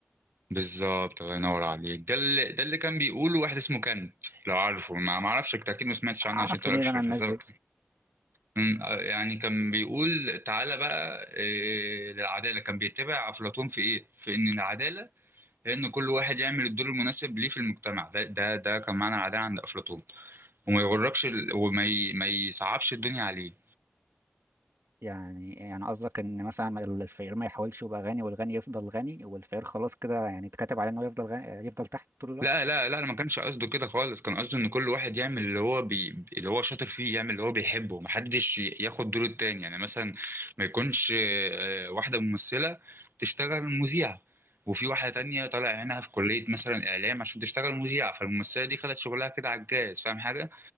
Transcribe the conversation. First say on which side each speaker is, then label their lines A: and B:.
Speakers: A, on the right; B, on the right.
A: بالظبط الله ينور عليك ده اللي ده اللي كان بيقوله واحد اسمه كانت لو عارفه ما ما اعرفش انت اكيد ما سمعتش
B: اعرف
A: عنه عشان انت
B: منين
A: مالكش
B: انا
A: في الفلسفه
B: الناس دي
A: مم، آه، يعني كان بيقول تعالى بقى آه، للعدالة كان بيتبع أفلاطون في إيه؟ في إن العدالة هي إن كل واحد يعمل الدور المناسب ليه في المجتمع ده ده ده كان معنى العدالة عند أفلاطون وما يغركش ال- وما ي... ما يصعبش الدنيا عليك
B: يعني يعني قصدك ان مثلا الفقير ما يحاولش يبقى غني والغني يفضل غني والفقير خلاص كده يعني اتكتب عليه انه يفضل غني يفضل تحت طول الوقت
A: لا لا لا أنا ما كانش قصده كده خالص كان قصده ان كل واحد يعمل اللي هو بي... اللي هو شاطر فيه يعمل اللي هو بيحبه محدش ي- ياخد دور التاني يعني مثلا ما يكونش آه، واحدة ممثلة تشتغل مذيعة وفي واحدة تانية طالع هنا في كلية مثلا إعلام عشان تشتغل مذيعة فالممثلة دي خدت شغلها كده على الجاز فاهم حاجة